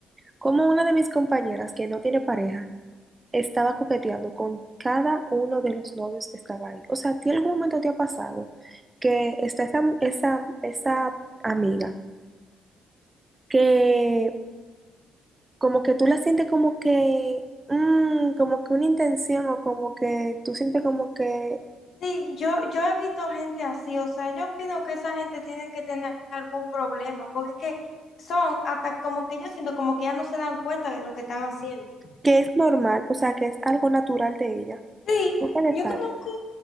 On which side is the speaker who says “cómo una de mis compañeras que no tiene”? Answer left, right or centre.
Right